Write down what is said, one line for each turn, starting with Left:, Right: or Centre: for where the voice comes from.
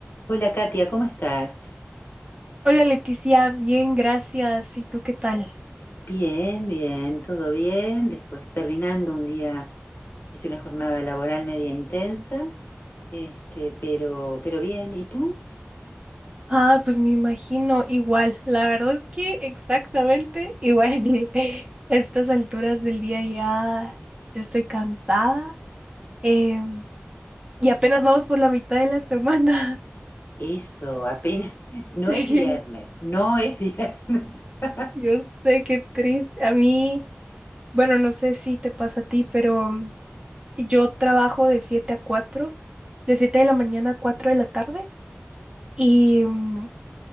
Left: Hola Katia, ¿cómo estás?
Right: Hola Leticia, bien, gracias. ¿Y tú qué tal?
Left: Bien, bien, todo bien. Después terminando un día, he hecho una jornada laboral media intensa, este, pero, pero bien. ¿Y tú?
Right: Ah, pues me imagino igual. La verdad es que exactamente igual. <laughs> A estas alturas del día ya, ya estoy cansada. em, y apenas vamos por la mitad de la semana. <laughs>
Left: Eso, apenas. <laughs> No
Right: Sí,
Left: es viernes, no es viernes. <laughs>
Right: yo sé qué triste. A mí, bueno, no sé si te pasa a ti, pero mm, yo trabajo de 7 a 4, de 7 de la mañana a 4 de la tarde. Y mm,